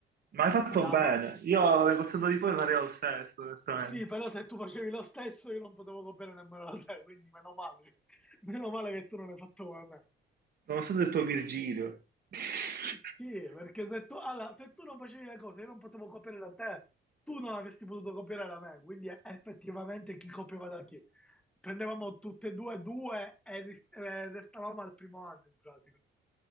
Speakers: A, on the right; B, in the centre.
A: Ma hai fatto
B: la
A: bene,
B: ma-
A: io alle cose di poi farei lo stesso, onestamente.
B: sì, però se tu facevi lo stesso io non potevo copiare nemmeno da te, quindi meno male, che- <laughs> meno male che tu non hai fatto come me.
A: Nonostante il tuo Virgilio, <laughs>
B: Sì, sì, perché se tu, allora, se tu non facevi le cose, io non potevo copiare da te, tu non avresti potuto copiare da me, quindi eh, effettivamente chi copiava da chi? Prendevamo tutte e due due e ris- eh, restavamo al primo anno in pratica.